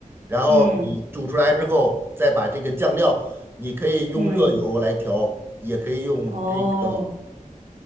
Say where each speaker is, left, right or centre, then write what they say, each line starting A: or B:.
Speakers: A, on the right; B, on the right.
A: 然后你煮出来之后，
B: 嗯
A: 再把这个酱料，你可以用热油来调，
B: 嗯，
A: 也可以用这个
B: 哦，